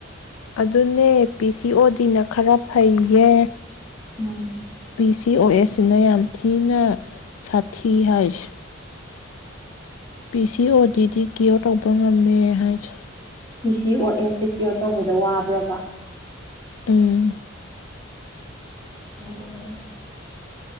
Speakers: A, on the left; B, on the left.
A: ꯑꯗꯨꯅꯦ ꯄꯤ ꯁꯤ ꯑꯣ ꯗꯤꯅ ꯈꯔ ꯐꯩꯌꯦ
B: ꯎꯝ
A: ꯕꯤ ꯁꯤ ꯑꯣ ꯑꯦꯁꯅ ꯌꯥꯝ ꯊꯤꯅ ꯁꯥꯊꯤ ꯍꯥꯏꯁ ꯄ ꯁꯤ ꯀꯤ ꯑꯣ ꯗꯤꯗꯤ ꯀ꯭ꯌꯣꯔ ꯇꯧꯕ ꯉꯝꯃꯦ ꯍꯥꯏꯁ
B: ꯄꯤ ꯁꯤ ꯑꯣ ꯑꯦꯟ ꯁꯦꯀ꯭ꯌꯣꯔ ꯇꯧꯕꯗ ꯋꯥꯕ꯭ꯔꯕ
A: ꯎꯝ
B: ꯎꯝ